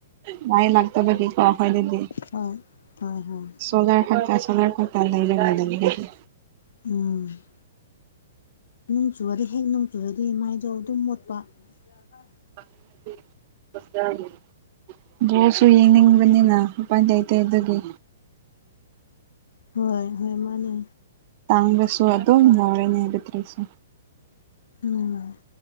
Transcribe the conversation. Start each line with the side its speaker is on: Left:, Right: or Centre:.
Right: ꯉ ꯂꯥꯛꯇꯕꯗꯤ ꯀꯈꯣꯏ ꯑꯗꯨꯗꯤ
Left: ꯍꯣꯏ ꯍꯣꯏ ꯍꯣꯏ
Right: ꯆꯂꯥ ꯐ ꯆꯂꯔ ꯐꯥꯛ ꯂꯩ ꯃꯗꯥ ꯂꯩ
Left: ꯎꯝ ꯅꯣꯡ ꯆꯨꯔꯗꯤ ꯍꯦꯛ ꯅꯣꯡꯆꯨꯔꯗꯤ ꯏꯃꯥꯏꯖꯧ ꯑꯗꯨꯝ ꯃꯣꯠꯄ ꯌꯥꯒꯥ
Right: <unintelligible> ꯕꯣꯁꯨ ꯌꯦꯡꯅꯤꯡꯕꯅꯤꯅ ꯃꯄꯥꯟꯇꯩꯩ ꯑꯇꯩ ꯑꯗꯨꯒꯤ
Left: ꯍꯣꯏ ꯍꯣꯏ ꯃꯥꯅꯦ
Right: ꯇꯥꯡꯒꯁꯨꯣ ꯑꯗꯨ ꯃꯣꯔꯅꯦ ꯏꯔꯗꯔꯤ ꯁꯣ
Left: ꯎꯝ